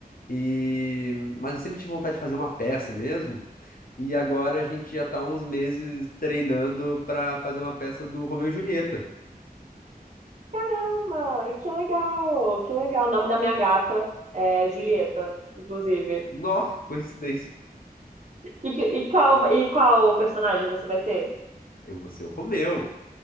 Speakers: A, on the left; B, on the right.
A: E mas eu sempre tive vontade de fazer uma peça mesmo. E agora a gente já tá há uns meses treinando pra fazer uma peça do Romeu e Julieta.
B: Caramba, que legal, que legal. O nome da minha gata é Julieta, inclusive.
A: Nossa, coincidência.
B: E, que- e qual, e qual personagem você vai ser?
A: Eu vou ser o Romeu,